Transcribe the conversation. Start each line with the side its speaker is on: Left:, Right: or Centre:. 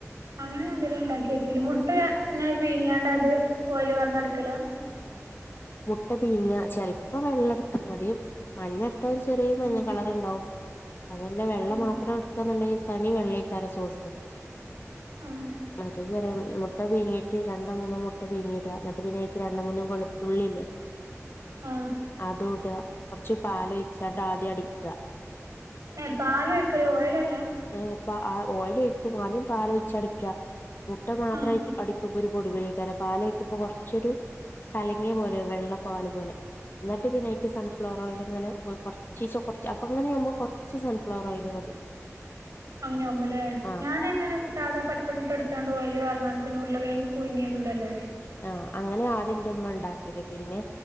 Right: അങ്ങനെ ഞാൻ തരെ ണ്ടാക്കിയോക്കില്ല. മുട്ട ങ്ങനെ പീങ്ങിയാണ്ട് അത് ഓയല് പാർന്നടിക്കലാ
Left: മുട്ട പീങ്ങ, ചെൽപ്പ വെള്ളട്ത്താ മതി മഞ്ഞത്ത ഒരു ചെറ്യേ മഞ്ഞ
Right: ഉം
Left: കളറ്ണ്ടാവും അതല്ല, വെള്ള
Right: ആഹ്
Left: മാത്രംട്ക്കന്നുണ്ടെങ്കി തനി വെള്ളേക്കാരം സോസ്
Right: ആഹ്
Left: മറ്റത് ചറ മുട്ട പീങ്ങി ട്ട് രണ്ടോ മൂന്നോ മുട്ട പീങ്ങിടാ. ന്നട്ട് പിന്നെ അയ്ക്ക് രണ്ട് മൂന്ന് വെളുത്തുള്ളില്ലേ
Right: ആഹ്
Left: അതൂട. കൊർച്ച് പാലൊഴിച്ചാണ്ട് ആദ്യടിക്ക
Right: ഏഹ് പാലൊഴിക്കല്. ഓയലല്ല
Left: ഏ പ്പ അ ഓയിലൊഴിക്കും. ആദ്യം പാലൊഴിച്ചടിക്കാ മുട്ട മാത്രം
Right: ആഹ്
Left: അടിക്കുമ്പോൾ ഒരു പൊടിപെയക്കാരം. പാലൊഴിക്കുമ്പ കൊർച്ചൊരു കലങ്ങിയ പോലെ ആവും. വെള്ളപ്പാല് പോലെ, ന്നട്ട് പിന്നെഅയ്ക്ക് സൺഫ്ലോർ ഓയിൽ ഇങ്ങനെഒ കൊർ ചീച്ച കുറച്ച് അപ്പൊങ്ങനെയാവുമ്പോ കൊർച്ച് സൺഫ്ലവർ ഓയില് മതി
Right: അങ്ങന്യാവുമ്പൊലേ..
Left: ആഹ്
Right: ഞാനെങ്ങനെ സാധാ പച്ചമുട്ടട്താണ്ട് ഓയല് പാർന്നാണ്ട്പിന്നെ ഉര്ളക്കേങ്ങ് പുഴങ്ങിയത്ടല്ലോ
Left: ആഹ് അങ്ങനെ ആദ്യന്റെമ്മ ണ്ടാക്കിട് പിന്നെ